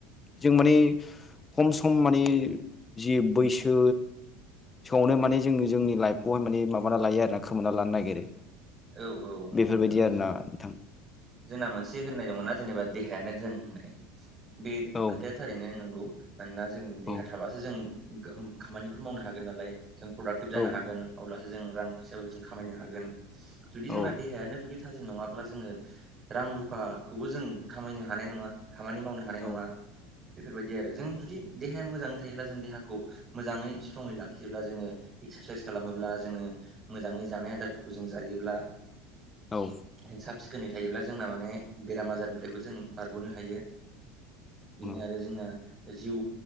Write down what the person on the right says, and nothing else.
औ औ नंगौ
नोंथां
जोंना मोनसे होननाय दङ ना जेनेबा देहायानो धोन होननाय बे
खोथाया थारैनो नंगौ। मानोना जों देहा
थाबासो जों खामानिफोर मावनो हागोन नालाय। जों प्रडाक्टिभ जानो
हागोन अब्लासो जों रां फैसााबो जों खामायनो हागोन जुदि जोंना
देहायानो जुदि। थाजिम नङाब्ला जोङो रां रुफाखौबो जों खामायनो हानाय नङा। खामानि मावनो हानाय नङा
बेफोरबायदि आरो जों जुदि। देहाया मोजाङै थायोब्ला जों देहाखौ मोजाङै स्ट्रङै लाखियोब्ला जोङो एक्सारसाइस खालामोब्ला जोङो। मोजाङै जानाय आदारफोरखौ जों जायोब्ला।
जों साब सिखोनै थायोब्ला जोंना माने बेराम आजारनिफ्रायबो जों बारग'नो हायो।
बिनो आरो जोंना। जिउ